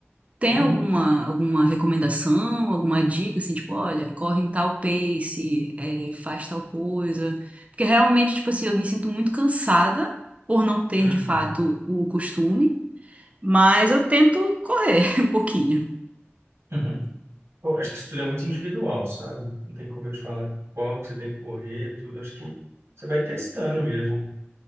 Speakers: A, on the right; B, on the right.
A: Tem
B: Uhum.
A: alguma, alguma recomendação, alguma dica, assim, tipo, olha, corre em tal pace, é, faz tal coisa? Porque realmente, tipo assim, eu me sinto muito cansada por não ter,
B: Uhum.
A: de fato, o costume, mas eu tento correr <laughs> um pouquinho.
B: Uhum. Pô, acho que isso tudo é muito individual, sabe? Não tem como eu te falar qual que você tem que correr, tudo. Acho que você vai testando mesmo.